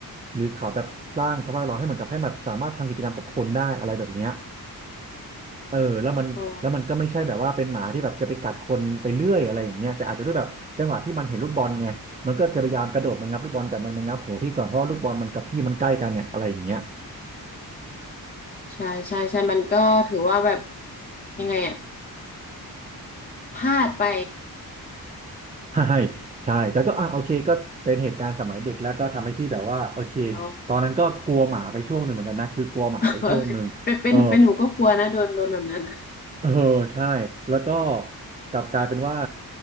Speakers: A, on the right; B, on the left.
A: หรือเขาแบบสร้างสภาพแวดล้อมให้เหมือนกับให้แบบสามารถทำกิจกรรมกับคนได้อะไรแบบเนี้ย เออแล้วมันแล้วมันก็ไม่ใช่แบบว่าเป็นหมาที่แบบจะไปกัดคนไปเรื่อยอะไรอย่างเงี้ยแต่อาจจะด้วยแบบจังหวะที่มันเห็นลูกบอลไงมันก็จะพยายามกระโดดมางับลูกบอลแต่มันมางับหัวพี่ก่อนเพราะว่าลูกบอลมันกับพี่มันใกล้กันเนี่ยอะไรอย่างเงี้ย
B: อ๋อใช่ใช่ใช่มันก็ถือว่าแบบยังไงอะพลาดไป
A: <laughs> ใช่ใช่แต่ก็อ่ะโอเคก็เป็นเหตุการณ์สมัยเด็กแล้วก็ทำให้พี่แบบว่าโอเค
B: เรา
A: ตอนนั้นก็กลัวหมาไปช่วงหนึ่งเหมือนกันนะคือกลัวหมาไปช่วงหนึ่งเออ
B: <laughs> เป็นเป็นเป็นหนูก็กลัวนะโดนโดนแบบนั้นอะ
A: เออใช่แล้วก็กลับกลายเป็นว่า